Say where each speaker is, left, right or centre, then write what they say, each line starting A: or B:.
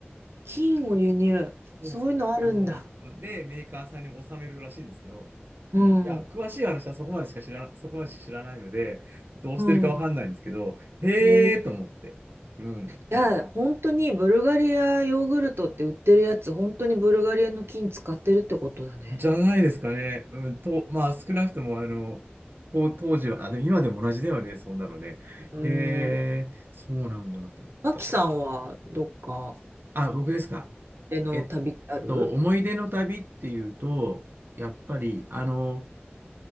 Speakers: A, on the right; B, on the right.
A: 金を輸入。
B: そうそう。
A: そういうのあるんだ。
B: あの、で、メーカーさんに納めるらしいんですけど、
A: うん。
B: うん、いや、詳しい話はそこまでしか知ら、そこまでしか知らないので、どうしてるかわかんないんですけど、
A: うん。
B: へーと思って。
A: へえ。い
B: うん。
A: や、本当にブルガリアヨーグルトって売ってるやつ、本当にブルガリアの金使ってるってことだね。
B: じゃないですかね。うん、と、まあ、少なくとも、あの、当当時は、あ、でも今でも同じだよね、そんなのね。
A: うん。
B: へーそうなんだと思って。
A: マキさんはどっか
B: だから。あ、僕ですか。
A: での旅ってある
B: えっと、思い出の旅っていうと、やっぱり、あの、